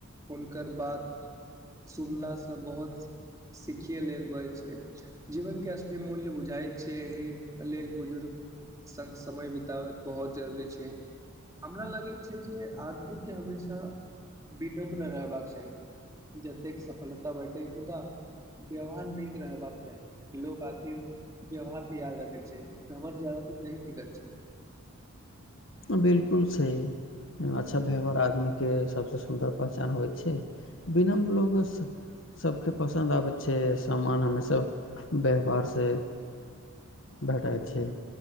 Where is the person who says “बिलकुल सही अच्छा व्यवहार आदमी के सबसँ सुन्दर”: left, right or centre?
Left